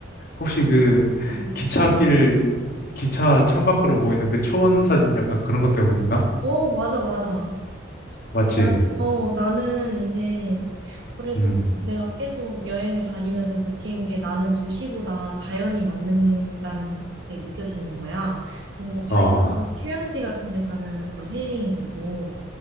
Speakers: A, on the left; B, on the right.
A: 혹시 그
B: 음.
A: 기차길 기차 창밖으로 보이는 그 초원 사진 약간 그런 것 때문인가?
B: 어, 맞아, 맞아.
A: 맞지?
B: 난, 어, 나는 이제 그래도
A: 음.
B: 내가 계속 여행을 다니면서 느낀 게 나는 도시보다 자연이 맞는다는 게 느껴지는 거야. 뭔가
A: 어.
B: 자연 휴양지 같은 데 가면은 더 힐링이 되고.